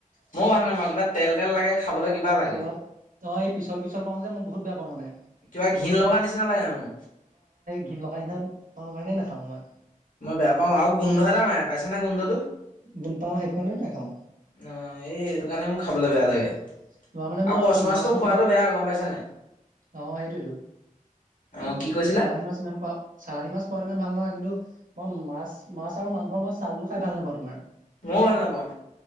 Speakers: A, on the left; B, on the right.
A: ময়ো ভাল নাপাওঁ। কিবা তেল তেল লাগে খাবলে কিবা লাগে।
B: অলপ অ এই পিচল পিচল পাওঁ যে মই বহুত বেয়া পাওঁ মানে।
A: কিবা ঘৃণ লগা নিচিনা লাগে মো।
B: ঘৃন লগাই নিসনা পাওঁ কাৰণে নাখাওঁ মই।
A: মই বেয়া পাও আউ গোন্ধ এটা মাৰে, পাইছ নে গোন্ধটো?
B: গুণ পাওঁ সেইটো কাৰণেতো নাখাওঁ
A: অ, এই এইটো কাৰণে মোৰ খাবলৈ বেয়া লাগে।
B: চুৱা মানে
A: আৰু
B: মই,
A: কচ মাছটো
B: মাছ মাংসৰ
A: খোৱাটো বেয়া গম পাইছা নাই?
B: অ সেইটোয়েটো।
A: অ', কি কৈছিলা?
B: চালানী মাছ ইমান খোৱা, চালানী মাছ খোৱাও ইমান ভাল নহয় কিন্তু। মই মাছ মাছ আৰু মাংস মই ছালটো খাই ভাল নেপাওঁ তোমাৰ।
A: ময়ো ভাল নাপাওঁ।